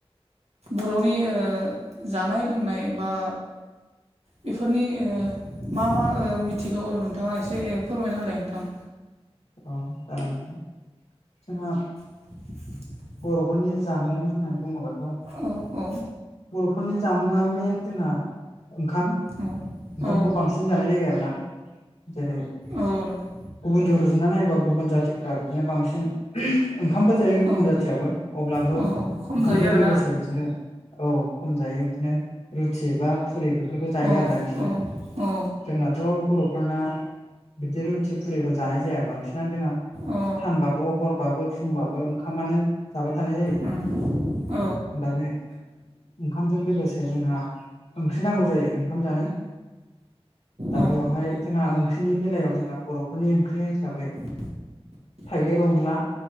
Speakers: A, on the right; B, on the left.
A: बर'नि ओ जानाय लोंनाय बा बेफोरनि ओ मा मा ओ मिथिगौ नोंथाङा एसे फोरमायना होलाय नोंथां।
B: औ जागोन नोंथां जोंहा
A: <inaudible>
B: बर'फोरनि जामुं होननानै बुङोबाथ'
A: औ औ।
B: बर'फोरनि जामुङा मेइन जोंहा ओंखाम ओंखामखौ
A: औ औ
B: बांसिन जानाय जायो आरो ना जेरै
A: औ नंगौ
B: गुबुनजों रुजुनानै नायोबा गुबुन जाथिफोरा बिदिनो बांसिन ओंखामबो जायो गुबुन
A: औ
B: जाथियाबो अब्लाबो
A: औ
B: ओंखामजों
A: खम जायो आरोना
B: लोगोसे बिसोरो औ खम जायो बिदिनो रुथि बा फुरिबो बेफोरखौ जायो
A: औ
B: आरोना बिसोरो
A: औ औ
B: जोंनाथ' बर'फोरना। बिदि रुथि फुरिखौ जानाय जाया बांसिनानो जोंहा
A: औ
B: सानबा। बेव हरबाबो फुंबाबो ओंखामानो जाबाय थानाय जायो
A: उम औ
B: दा बे। ओंखामजों लोगोसे जोंहा ओंख्रि नांगौ जायो ओंखाम जानो। दा
A: औ
B: बेवहाय जोंहा ओंख्रिनि बेलायाव जोंहा बर'फोरनि ओंख्रि हिसाबै।
A: <inaudible>
B: थाइगिर अनला